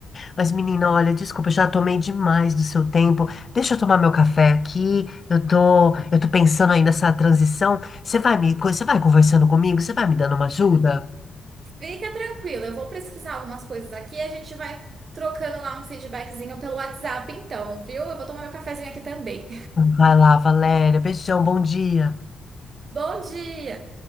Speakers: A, on the left; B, on the right.
A: Mas, menina, olha, desculpa, eu já tomei demais do seu tempo. Deixa eu tomar meu café aqui. Eu tô, eu tô pensando aí nessa transição. Você vai me, você vai conversando comigo? Você vai me dando uma ajuda?
B: fica tranquila. Eu vou pesquisar algumas coisas aqui e a gente vai trocando lá um feedbackzinho pelo WhatsApp, então, viu? Eu vou tomar meu cafezinho aqui também.
A: Vai lá, Valéria. Beijão, bom dia.
B: Bom dia!